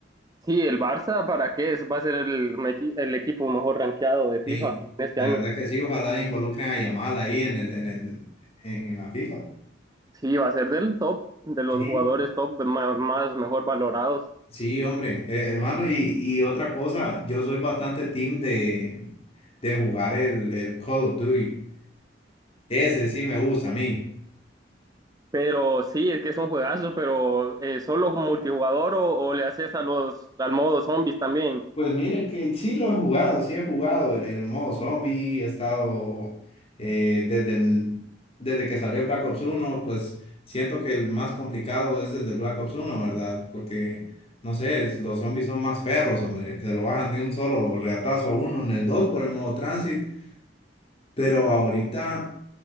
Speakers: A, on the right; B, on the left.
A: Sí, el Barça, ¿para qué? Es- Va a ser el, mequi- el equipo mejor rankeado de FIFA
B: Sí,
A: este
B: la
A: año.
B: verdad que sí, ojalá involucren a Yamal ahí en el, en el, en la FIFA.
A: Sí, va a ser del top, de los
B: Sí,
A: jugadores top más, más mejor valorados.
B: sí, hombre, eh, hermano, y, y otra cosa, yo soy bastante team de, de jugar el, el Call of Duty. Ese sí me gusta a mí.
A: Pero sí, es que es un juegazo, pero eh, solo multijugador o, o le haces a los, al modo zombies también.
B: Pues mire que sí lo he jugado, sí he jugado el, el modo zombie, he estado eh, desde, el- desde que salió Black Ops uno, pues siento que el más complicado es el de Black Ops uno, ¿verdad? Porque, no sé, es- los zombies son más perros, hombre, se lo bajan de un solo reatazo a uno en el 2 por el modo transit, pero ahorita...